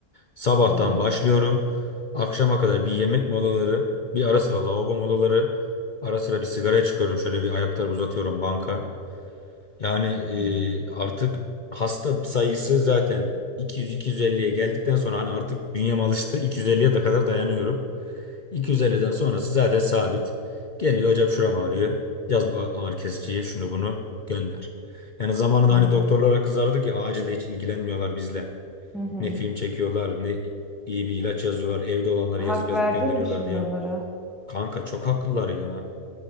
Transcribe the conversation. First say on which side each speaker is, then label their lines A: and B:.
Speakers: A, on the left; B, in the centre.
A: Sabahtan
B: Doğru.
A: başlıyorum. Akşama kadar bir yemek molaları, bir ara sıra lavabo molaları, ara sıra bir sigara çıkıyorum. Şöyle bir ayaklarımı uzatıyorum banka. Yani
B: Hı hı.
A: e, artık hasta sayısı zaten 200-250'ye geldikten sonra hani artık bünyem alıştı. 250'ye de kadar dayanıyorum. 250'den sonrası zaten sabit. Geliyor hocam şuram ağrıyor. Yaz bu ağrı kesiciye şunu bunu gönder. Yani zamanında
B: Ya.
A: hani doktorlara kızardık ya acilde hiç ilgilenmiyorlar bizle.
B: Hı hı.
A: Ne film çekiyorlar ne iyi bir ilaç yazıyorlar. Evde olanları
B: Hak
A: yazıp yazıp
B: verdin
A: gönderiyorlar
B: mi şimdi
A: diye.
B: onlara?
A: Kanka çok haklılar ya.